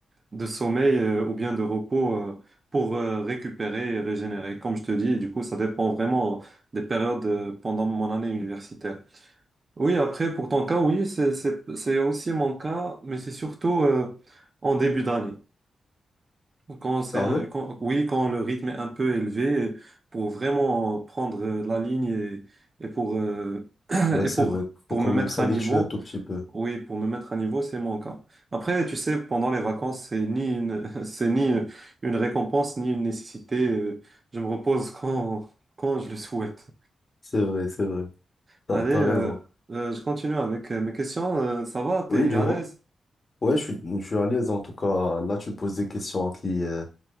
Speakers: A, on the right; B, on the left.
A: de sommeil euh, ou bien de repos euh, pour euh, récupérer et régénérer, comme je te dis. Et du coup, ça dépend vraiment des périodes euh, pendant mon année universitaire. Oui, après, pour ton cas, oui, c'est, c'est, c'est aussi mon cas, mais c'est surtout euh, en début d'année. Quand c'est,
B: Ah
A: un-
B: ouais?
A: quand, oui, quand le rythme est un peu élevé, pour vraiment prendre euh, la ligne et, et pour, euh, <clears throat>
B: Ouais,
A: et
B: c'est
A: pour,
B: vrai.
A: pour
B: Faut quand
A: me mettre
B: même s'habituer
A: à niveau,
B: un tout petit peu.
A: oui, pour me mettre à niveau, c'est mon cas. Après, tu sais, pendant les vacances, c'est ni une, <laughs> c'est ni euh, une récompense, ni une nécessité. euh, Je me repose quand, quand je le souhaite.
B: C'est vrai, c'est vrai. T'as,
A: Allez,
B: t'as
A: euh,
B: raison.
A: euh, je continue avec euh, mes questions. Euh, ça va, t'es
B: Oui, dis-moi.
A: à l'aise?
B: Ouais, je suis, je suis à l'aise en tout cas. Là, tu me poses des questions qui, euh,